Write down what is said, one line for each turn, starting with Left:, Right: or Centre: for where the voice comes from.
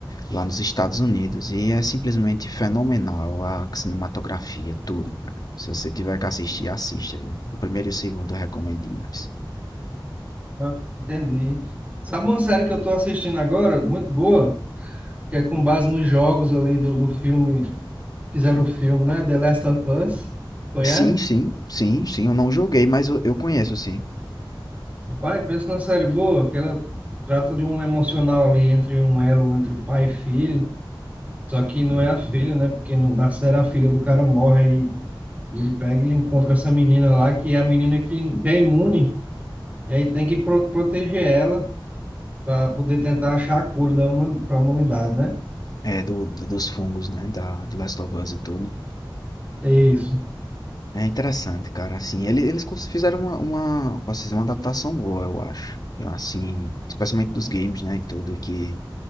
Left: lá nos Estados Unidos. E é simplesmente fenomenal a cinematografia, tudo, cara. Se você tiver que assistir, assista, viu? O primeiro e o segundo eu recomendo demais.
Right: Ah, entendi. Sabe uma série que eu tô assistindo agora, muito boa, que é com base nos jogos ali do, do filme, fizeram o filme, né? The Last of Us. Conhece?
Left: Sim, sim, sim, sim. Eu não joguei, mas eu, eu conheço, sim.
Right: Pai, pensa numa série boa, que ela trata de um emocional ali entre um elo, entre pai e filho. Só que não
Left: Uhum.
Right: é a filha, né? Porque no, na série a filha do cara morre aí. E ele pega e encontra essa menina lá, que é a menina que, que é imune. E aí tem que pro- proteger ela para poder tentar achar a cura para a humanidade, né?
Left: É, do, do- dos fungos, né? Da, do Last of Us e tudo.
Right: É isso.
Left: É interessante, cara. Assim, ele- eles cons- fizeram uma, uma, posso dizer, uma adaptação boa, eu acho. Assim, especialmente dos games, né? E tudo, que